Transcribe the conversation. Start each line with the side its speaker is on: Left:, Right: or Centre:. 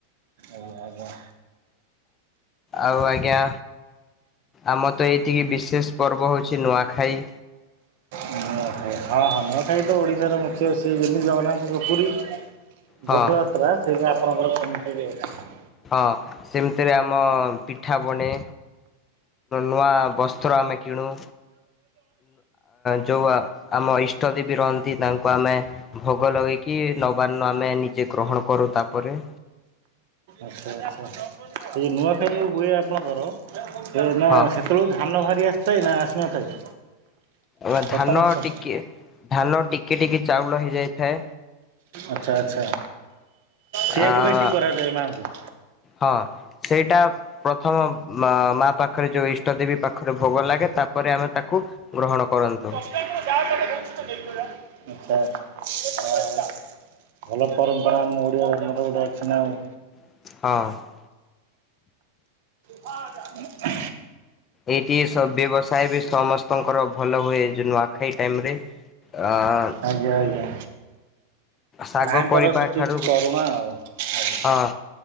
Right: ଆଜ୍ଞା ଆଜ୍ଞା।
Left: ଆଉ ଆଜ୍ଞା। ଆମର ତ ଏଇତିକି ବିଶେଷ ପର୍ବ ହୋଉଛି ନୂଆଖାଇ।
Right: ହ ନୂଆଖାଇ ହଁ ହଁ ନୂଆଖାଇ ତ ଓଡ଼ିଶାର ମୁଖ୍ୟ ସେଇ ଯେମିତି ଜଗନ୍ନାଥଙ୍କ ପୁରୀ।
Left: ହଁ
Right: ଘୋଷ ଯାତ୍ରା ସେପାଇ ଆପଣଙ୍କର କେମିତି ବି ଅଛି।
Left: ହଁ ସେମିତିରେ ଆମ ପିଠା ବଣେ। ନୂଆ ବସ୍ତ୍ର ଆମେ କିଣୁ। ଯେଉ ଆମ ଇଷ୍ଟ ଦେବୀ ରହନ୍ତି ତାଙ୍କୁ ଆମେ ଭୋଗ ଲଗେଇକି ନବାର୍ଣ ଆମେ ନିଜେ ଗ୍ରହଣ କରୁ ତାପରେ
Right: ଏଇ ନୂଆଖାଇ ଜଉ ହୁଏ ଆପଣଙ୍କର ସେ ନା
Left: ହଁ
Right: ସେତେବେଳକୁ ଧାନ ଭାରି ଆସିଥାଏ ନା ଆସିନଥାଏ?
Left: ଆ
Right: ପ୍ରଥମ
Left: ଧାନ
Right: ଥ
Left: ଟିକେ ଧାନ ଟିକେ ଟିକେ ଚାଉଳ ହେଇଯାଇଥାଏ।
Right: ଆଚ୍ଛା ଆଚ୍ଛା। ସେଆକୁ
Left: ଆ
Right: ଭେଟି କରାଯାଏ ମାଆଙ୍କୁ?
Left: ହଁ ସେଇଟା ପ୍ରଥମ ମା ପାଖରେ ଯୋଉ ଇଷ୍ଟ ଦେବୀ ପାଖରେ ଭୋଗ ଲାଗେ ତାପରେ ଆମେ ତାକୁ ଗ୍ରହଣ କରନ୍ତୁ।
Right: ଁ ଯାୁ ନେଇୁଡ଼ା <unintelligible> ଆଚ୍ଛା। ହଲା <inaudible> ଭଲ ପରମ୍ପରା ଆମ ଓଡ଼ିଆ ମାନଙ୍କର ଗୋଟେ ଅଛି ନା ଆଉ।
Left: ହଁ।
Right: <inaudible> ଆ
Left: ଏଇଠି ସବ ବ୍ୟବସାୟ ବି ସମସ୍ତଙ୍କର ଭଲ ହୁଏ ଯୋ ନୂଆଖାଇ ଟାଇମ ରେ। ଆ ଆ
Right: ଆଜ୍ଞା ଆଜ୍ଞା
Left: ଶାଗ
Right: ମାଙ୍କର
Left: ପରିବା
Right: ସେଠିକି
Left: ଠାରୁ
Right: କରୁଣା ଆଉ। ଆଜ୍ଞା
Left: ହଁ